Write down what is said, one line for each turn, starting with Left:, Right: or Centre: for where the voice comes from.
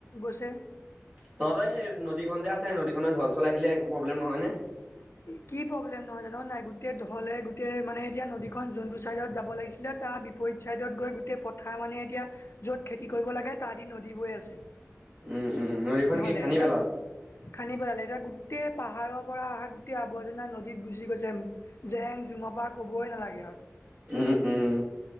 Left: গৈছে
Right: তহঁতে এই নদীখন যে আছে নদীখনত ঢলচল আহিলে একো প্ৰব্লেম নহয় নে।
Left: কি প্ৰব্লেম নহয় জানো নাই গোটেই ধঢলে গোটেই মানে এতিয়া নদীখনন যোনটো চাইদত যাব লাগিছিলে এতিয়া তাৰ বিপৰীত চাইদত গৈ গোটেই পথাৰ মানে এতিয়া যত খেতি কৰিব লাগে তাহ দি নদী বৈ আছে।
Right: উম, উম নদীখন
Left: ঢলে
Right: কি খান্দি
Left: এতিয়া
Right: পেলালে।
Left: গো খান্দি পেলালে এতিয়া গোটেই পাহাৰৰ পৰা অহা গ অ আৱৰ্জনা নদীত গুচি গৈছে জেং জুঙপা কবই নালাগে আৰু
Right: উম- উম